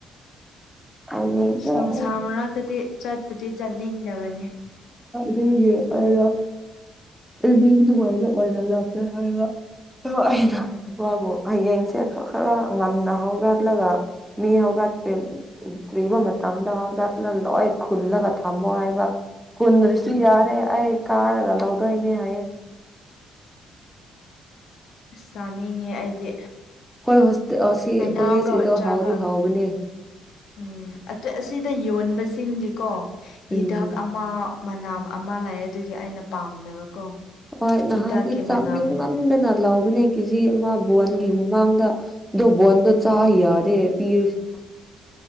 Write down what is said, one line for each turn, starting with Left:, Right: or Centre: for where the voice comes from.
Centre: ꯍꯌꯦꯡꯁꯦ
Left: ꯑ ꯅꯨꯡꯁꯥ
Centre: ꯑꯩ
Left: ꯃꯔꯅꯥꯛꯇꯗꯤ ꯆꯠꯄꯗꯤ ꯆꯠꯅꯤꯡꯗꯕꯅꯦ
Centre: ꯗ ꯍꯥꯏꯒ ꯑꯦꯗꯤꯃꯏꯗ ꯐꯗ ꯂꯥꯛꯄ ꯍꯥꯏꯒ ꯑꯣ
Left: ꯎꯝ
Centre: ꯋꯥꯕꯨ ꯍꯌꯦꯡꯁꯦ ꯈꯔ ꯉꯟꯅ ꯍꯧꯒꯠꯂꯒ ꯃꯤ ꯍꯧꯒꯠꯄꯔꯤ ꯇꯕ ꯃꯇꯝꯗ ꯍꯖꯅ ꯂꯣꯏ ꯈꯨꯜꯂꯒ ꯊꯝꯃꯣ ꯍꯥꯏꯕ ꯀꯨꯟꯗ꯭ꯔꯁꯤ
Left: ꯎꯝ
Centre: ꯌꯥꯔꯦ ꯑꯩ ꯀꯥꯔꯒ ꯂꯧꯗꯣꯏꯅꯦ ꯍꯥꯏꯌꯦꯦ
Left: ꯆꯥꯅꯤꯡꯉꯦ ꯑꯩꯗꯤ
Centre: ꯍꯣꯏ ꯍꯣꯁꯇ ꯑꯁꯤ
Left: ꯍꯩꯅꯥꯎꯒ
Centre: ꯀꯣꯂꯦꯖꯁꯤꯗ
Left: ꯆꯥꯕ
Centre: ꯍꯥꯎꯗꯤ ꯍꯥꯎꯕꯅꯦ
Left: ꯎꯝ ꯑꯁꯤꯗ ꯌꯣꯟꯕꯁꯤꯡꯗꯤꯀꯣ ꯍꯤꯗꯥꯛ
Centre: ꯎꯝ
Left: ꯑꯃ ꯃꯅꯥꯝ ꯑꯃ ꯂꯥꯛꯑꯦ ꯑꯗꯨꯒꯤ ꯑꯩꯅ ꯄꯥꯝꯗꯕꯀꯣ
Centre: ꯍꯣꯏ ꯅꯍꯥꯟꯗꯤ
Left: ꯍꯤꯗꯥꯛꯀꯤ
Centre: ꯆꯥꯃꯤꯡ
Left: ꯃꯅꯥꯝ
Centre: ꯉꯟꯗꯅ ꯂꯧꯕꯅꯦ ꯀꯦꯖꯤ ꯑꯃ ꯕꯣꯟꯒꯤ
Left: ꯎꯝ
Centre: ꯃꯃꯥꯡꯗ ꯗꯣꯕꯣ ꯑꯟꯗ
Left: ꯎꯝ
Centre: ꯆꯥ ꯌꯥꯗꯌꯦ ꯄ